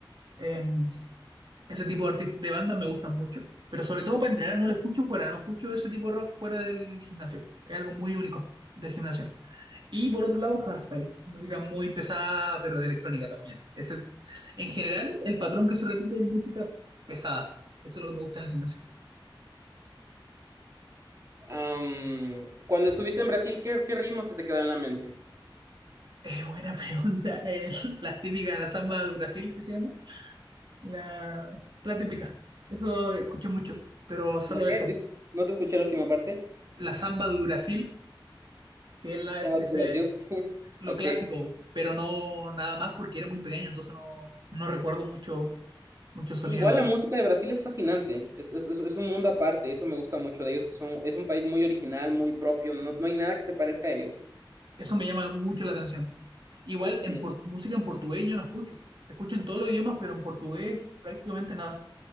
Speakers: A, on the right (about 60°); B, on the right (about 35°).
A: Eh, ese tipo de, artistas, de bandas me gustan mucho, pero sobre todo para entrenar no lo escucho fuera, no escucho ese tipo de rock fuera del gimnasio. Es algo muy único del gimnasio. Y por otro lado, hardstyle, música muy pesada, pero de electrónica también. Ese, en general, el patrón que se repite es música pesada. Eso es lo que me gusta en el gimnasio.
B: Am, cuando estuviste en Brasil, ¿qué, qué ritmo se te quedó en la mente?
A: Eh, buena <laughs> pregunta. Eh, la típica, la samba de Brasil, que se llama. La, la típica. Eso escuché mucho, pero solo
B: ¿La qué?
A: eso.
B: Dis- No te escuché la última parte.
A: La samba de Brasil, que es, la,
B: Sabas
A: es- ese,
B: Brasil. <laughs>
A: lo
B: Ok.
A: clásico, pero no nada más porque era muy pequeño, entonces no, no recuerdo mucho, mucho
B: Sí,
A: sonido,
B: igual
A: la verdad.
B: la música de Brasil es fascinante. Es, es, es- es un mundo aparte. Eso me gusta mucho de ellos, que son, es un país muy original, muy propio. No, no hay nada que se parezca a ellos.
A: Eso me llama mucho la atención. Igual
B: Sí.
A: en por- música en portugués yo no escucho. Escucho en todos los idiomas, pero en portugués prácticamente nada.